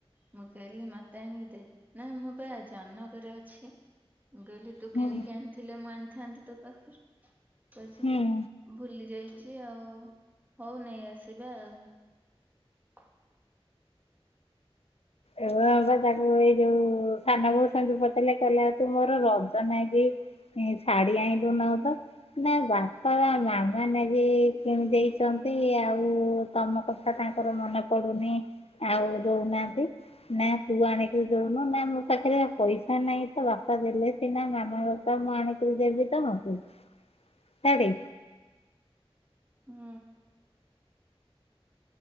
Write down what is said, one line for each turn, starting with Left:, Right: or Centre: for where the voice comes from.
Right: ମୁଁ କହିଲି ମୋତେ ଆଣିକି ଦେ ନା ମୁଁ ବା ଜନକରେ ଅଛି। ମୁଁ କହିଲି ତୁ
Left: ହୁଁ
Right: କିଣିକି ଆଣିଥିଲେ ମୁଁ ଆନ୍ ଥାନ୍ତି ତୋ ପାଖରୁ କହୁଛି
Left: ହୁଁ।
Right: ଭୁଲି ଯାଇ ଛି ଆଉ ହଉ ନେଇ ଆସିବା ଆଉ।
Left: ଏବେ ଏବେ ତାକୁ ଏଇ ଯୋଉ ସାନ ବୋଉ ସେମତି ପଚେଇଲେ କହିଲ ଆଉ ତୁ ମୋର ରଜ ନା କି ଶାଢୀ ଆଣିଲୁ ନାହୁଁ ତ ନା ବାପା ବା ମାମା ନାଗି କିଣି ଦେଇଚ ଏଇ ଆଉ ତମ କଥା ତାଙ୍କ ଙ୍କର ମନେ ପଡୁନି ଆଉ ଦଉନାହାନ୍ତି। ନାଇଁ ଆ ତୁ ଆଣିକିରି ଦଉନୁ ନା ମୋ ପାଖରେ ବା ପଇସା ନାହିଁ ତ ବାପା ଦେଲେ ସିନା ମାମା ବାପା ମୁଁ ଆଣିକିରି ଦେବି ତମକୁ ସାଡେ
Right: ହୁଁ।